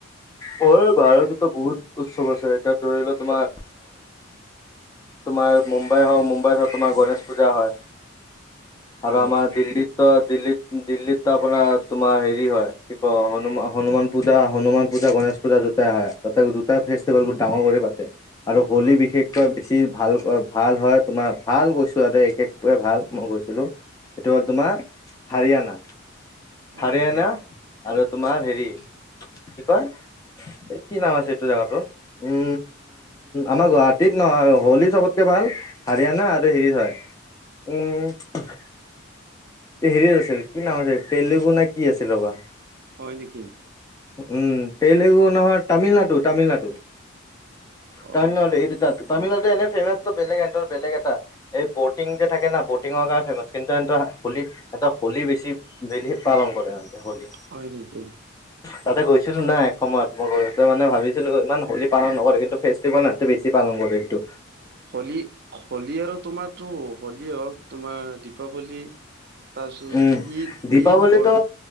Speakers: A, on the left; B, on the right.
A: বয় ভাৰততো বহুত উৎসৱ আছে এতিয়া ধৰি লোৱা তোমাৰ তোমাৰ মুম্বাই হওঁক মুম্বাইত তোমাৰ গণেশ পূজা হয়। আৰু
B: হয়
A: আমাৰ দিল্লীত কি কয় দিল্লীত দিল্লীত ত আপোনাৰ তোমাৰ হেৰি হয়, কি কয় হনুমান হনুমান পূজা হনুমান। হনুমান পূজা, গণেশ পূজা দুটাই হ'য়। তাতে দুটাই ফেষ্টিভেল বহুত ডাঙৰ কৰি পাতে আৰু হোলী
B: হয়
A: বিশেষকৈ বেছি। ভাল ভাল হ'য় তোমাৰ ভাল কৈছোঁ আও দেই একেটোৱে ভাল মই গৈছিলোঁ। এইটো হ'ল তোমাৰ হাৰিয়ানা।
B: হয়
A: হাৰিয়ানা
B: হয়
A: আৰু তোমাৰ হেৰি কি কয় এই কি নাম আছে এইটো জেগাতো উম আমাৰ গুৱাহাটীত নহয় হলী চবতকে ভাল হাৰিয়ানা আৰু হেৰি হয় উম হেৰি‌ আছিল কি নাম আছিল তেলেগু না কি আছিল ৰবা।
B: হয় নেকি?
A: উম তেলেগু নহয় তামিলনাডু তামিলনাডু। তামিলনাডু
B: অ
A: এইটো তাত তামিলনাডু এনে ফেমাচটো বেলেগ এনটাৰ বেলেগ এটা এই বটিং যে থাকে না বটিংত। পুৰা ফেমাচ কিন্তু সিহঁতৰ হোলী এটা হলী বেছি বেলি পালন কৰে সিহঁতে‌ হলী।
B: হয় নেকি?
A: তাতে গৈছিলোঁ না এক সময়ত, মই ঘৰতে মানে ভাবিছিলোঁ ইমান হলী পালন নকৰে কিন্তু ফেষ্টিভেল ইহঁতে বেছি পালন কৰে। মডেলটো।
B: হলী -হোলী আৰু তোমাৰটো হোলী হওঁক তোমাৰ দীপাৱলী। তাৰ পিছত
A: উম
B: ঈদ-
A: দীপাৱলীতো
B: ঈদ বৰ